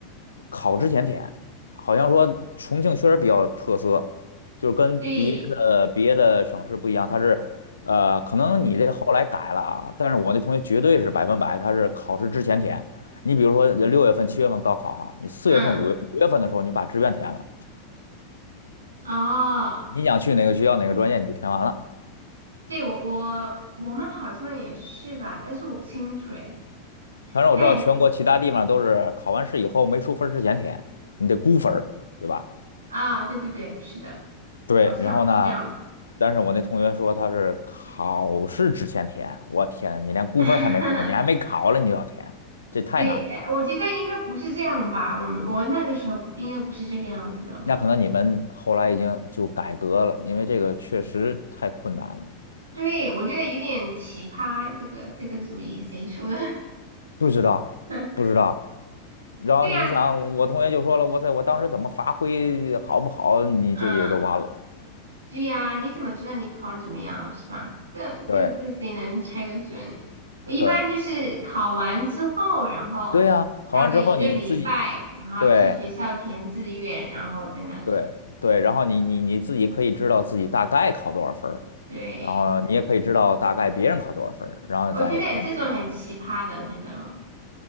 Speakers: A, on the left; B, on the right.
A: 考之前填，好像说重庆确实比较特色，就是跟别的别的省市不一样，
B: 对，
A: 它是呃，可能你这后来改了啊，但是我那同学绝对是百分百，他是考试之前填。你比如说呃六月份、七月份高考哈，你四月份、
B: 嗯，
A: 五月五月份的时候你把志愿填了，
B: 哦，
A: 你想去哪个学校、哪个专业你就填完了。
B: 对我我我们好像也是吧，但是我不清楚哎。
A: 当然我知道全国其他地方都是考完试以后没出分儿之前填，
B: 哎
A: 你得估分儿，对吧？
B: 啊，对对对，是的，
A: 对，
B: 好像是这样。
A: 然后呢，但是我那同学说他是考试之前填，我天，你连估分儿还没估，
B: <laughs>
A: 你还没考了你就要填，这太难了。
B: 对，哎我觉得应该不是这样吧？我们我那个时候不应该不是这个样子的，我
A: 那可能你们后来已经就改革了，因为这个确实太困难了。
B: 对，我觉得有点奇葩，这个这个主意谁出的？
A: 不知道，
B: <laughs>
A: 不知道。然后你想，
B: 对呀，
A: 我同学就说了，我在我当时怎么发挥好不好，你这也都完了。
B: 嗯，对呀，你怎么知道你考的怎么样，是吧？这这这谁能猜得准？
A: 对
B: 我一般就是考完之后，
A: 对
B: 然后大概一个礼拜，
A: 对呀、考完之后你自己
B: 然后去学校填志愿，
A: 对，
B: 然后再那个。
A: 对对，然后你你你自己可以知道自己大概考多少分儿，
B: 对，
A: 然后你也可以知道大概别人考多少分儿，然后再填志愿。
B: 我觉得这种很奇葩的，真的。